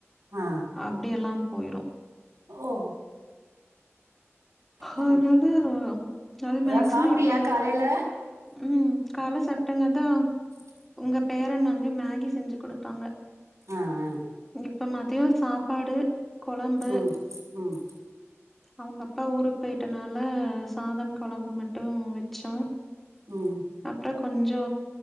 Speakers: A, on the right; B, in the centre.
A: ஆ
B: அப்டியெல்லா போயிரோ
A: ஓ ம்.
B: அதனால அது
A: ஏதாவது
B: மேக்சிமம்
A: சாப்பிட்டியா
B: எப்பாது
A: காலையில
B: ம் கால்ல சாப்டங்க அத்தா
A: ஜல்
B: உங்க பேரன் வந்து மேகி செஞ்சி குடுத்தாங்க
A: ஆ ஆ
B: இப்போ மதியோ சாப்பாடு கொழம்பு
A: ம் ம்
B: அவுங்க அப்பா ஊருக்கு போயிட்டனாலா சாதம் கொழம்பு மட்டும் வெச்சோ
A: ம்
B: அப்றோ கொஞ்சோ